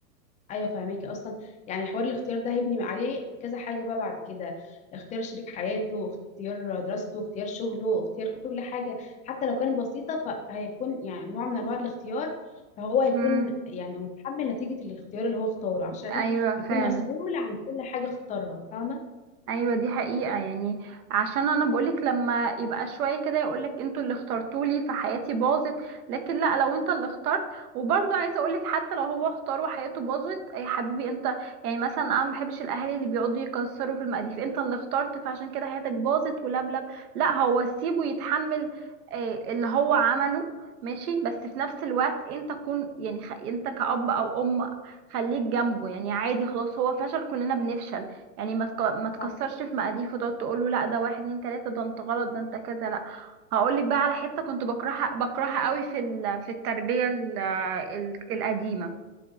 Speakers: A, on the left (about 15°); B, on the right (about 60°).
A: ايوه فاهماكي اصلا يعني حوار الاختيار ده هيبني عليه كذا حاجه بقى بعد كده اختيار شريك حياته اختيار دراسته اختيار شغله اختيار كل حاجه حتى لو كانت بسيطه فهيكون يعني نوع من انواع الاختيار فهو هيكون
B: مم.
A: يعني متحمل نتيجه الاختيار اللي هو اختاره عشان
B: ايوه فعلا
A: يكون مسؤول عن كل حاجه اختارها فاهمه
B: ايوه دي حقيقة يعني عشان انا بقولك لما يبقى شوية كده يقولك انتوا اللي اخترتولي فحياتي باظت لكن لا لو انت اللي اخترت وبرضه عايزة اقولك حتى لو هو اختار وحياته باظت يا حبيبي انت يعني مثلا انا ما بحبش الاهالي اللي بيقعدوا يكسروا في المقاديف انت اللي اخترت فعشان كده حياتك باظت ولبلب لا هو سيبه يتحمل آه، اللي هو عمله ماشي بس في نفس الوقت انت كن يعني خ... انت كأب او ام خليك جنبه يعني عادي خلاص هو فشل كلنا بنفشل يعني ما تك... ما تكسرش
A: صح
B: في مقاديف وتقعد تقول له لا ده واحد اتنين تلاته ده انت غلط ده انت كذا لا هقول لك بقى على حته كنت بكرهها بكرهها قوي في ال... في التربيه ال... ال... القديمه